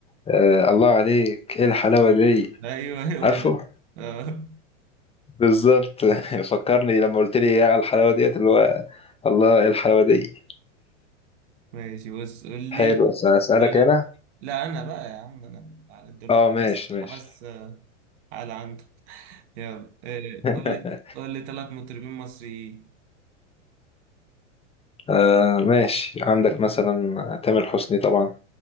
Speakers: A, on the left; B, on the right.
A: آه، الله عليك ايه الحلاوة دي
B: ايوه هو
A: عارفه
B: ده اه
A: بالظبط <laughs> فكرني لما قلت لي ايه على الحلاوة ديت اللي هو الله ايه الحلاوة دي
B: ماشي بص قول
A: حلو
B: لي
A: أس- أسألك
B: لا لا
A: هنا
B: لا انا بقى يا عم انا على الدور
A: اه
B: انت
A: ماشي
B: حماس
A: ماشي
B: حماس على عندك يلا إيه،
A: <laughs>
B: قول لي قول لي ثلاث مطربين مصريين
A: آه ماشي عندك مثلا تامر حسني طبعا